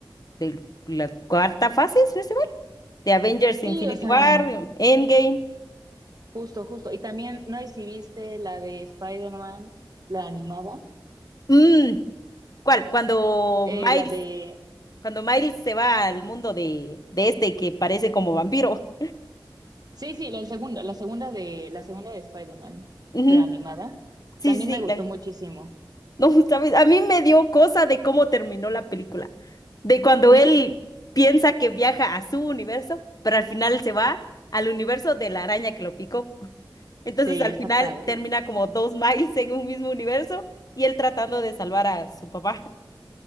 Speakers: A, on the left (about 50°); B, on the right (about 50°).
A: de la cuarta fase? ¿Si no estoy mal? De Avengers Infinity
B: sí, o sea,
A: War, Endgame.
B: justo, justo. Y también, no sé si viste la de Spider-Man, la animada,
A: Mm, ¿cuál? Cuando
B: eh,
A: Miles,
B: la de,
A: cuando Miles se va al mundo de, de este que parece como vampiro.
B: sí, sí, la segunda, la segunda de, la segunda de Spider-Man,
A: Ujú,
B: pero animada,
A: Sí,
B: también
A: sí, sí,
B: me gustó
A: la vi.
B: muchísimo.
A: No, <laughs> ¿sabes? A mí me dio cosa de cómo terminó la película. De cuando
B: Sí,
A: él piensa que viaja a su universo, pero al final se va al universo de la araña que lo picó. <laughs> Entonces
B: sí,
A: al
B: está
A: final
B: padre.
A: termina como dos Miles en un mismo universo y él tratando de salvar a su papá. <laughs>